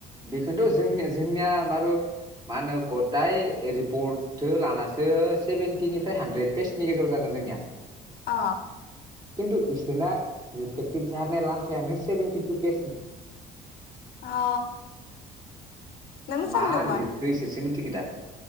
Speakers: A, on the right; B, on the left.
A: बेखौनोथ' जोंनि जोंनिया बारु मा होनो गथाय रिपर्टो लानासो सेभेनटिनिफ्राय हानद्रेद पेेजनि गेजेराव जागोन जोंनिया
B: अ
A: खिन्थु इसोरना रिफेक्टिभ जारनाय लानो थानो सेभेेनटि तु पेस
B: अ नों सोंदोंमोन
A: मा लिखो इसोरसो मि थिखो दा